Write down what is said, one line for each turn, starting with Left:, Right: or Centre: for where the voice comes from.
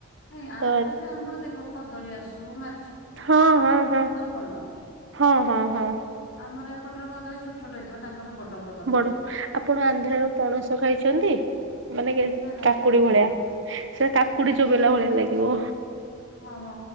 Left: ନାଇଁ ଆନ୍ଧ୍ରରେ
Right: ତ
Left: ଆମର ଦେଖ କଦଳୀ ଆସୁ ମା
Right: ହଁ ହଁ ହଁ।
Left: ଭଲ।
Right: ହଁ ହଁ ହଁ।
Left: ଆମର ଏପଟରେ କଦଳୀ ଛୋଟ ଛୋଟ ହେଇଥିବ ତାଙ୍କର ସବୁ ବଡ଼ ବଡ଼
Right: ବଡ ଆପଣ ଆନ୍ଧ୍ରରୁ ପଣସ ଖାଇଛନ୍ତି ମାନେ କି
Left: ନା ନା
Right: କାକୁଡି
Left: ଖାଇ ନାହିଁ
Right: ଭଳିଆ? ସେ କାକୁଡି ଚୋବେଇଲା ଭଳିଆ ଲାଗିବ।
Left: ଓହୋ